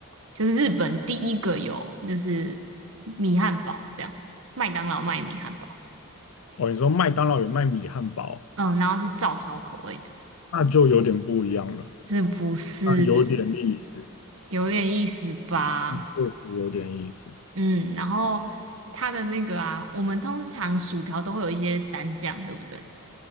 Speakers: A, on the right; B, on the left.
A: 就是日本第一个有，就是米汉堡这样，麦当劳卖米汉堡。
B: 哦，你说麦当劳有卖米汉堡，
A: 嗯，然后是照烧口味的，
B: 那就有点不一样了，
A: 这不是
B: 那有点意思，
A: 有点意思吧？
B: 那确实有点意思。
A: 嗯，然后它的那个啊，我们通常薯条都会有一些蘸酱，对不对？